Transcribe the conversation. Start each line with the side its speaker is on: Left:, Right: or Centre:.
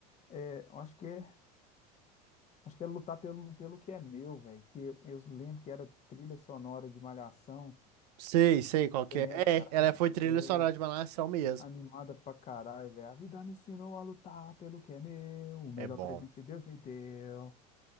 Left: É, eu acho que é, acho que é Lutar pelo, pelo que é meu, velho. Que eu lembro que era trilha sonora de Malhação.
Right: Sei, sei qual que
Left: Você lembra,
Right: é. É,
Left: cara?
Right: ela foi trilha
Left: É,
Right: sonora de Malhação mesmo.
Left: Animada pra caralho, velho. A vida me ensinou a lutar pelo que é meu. O melhor
Right: É bom.
Left: presente que Deus me deu.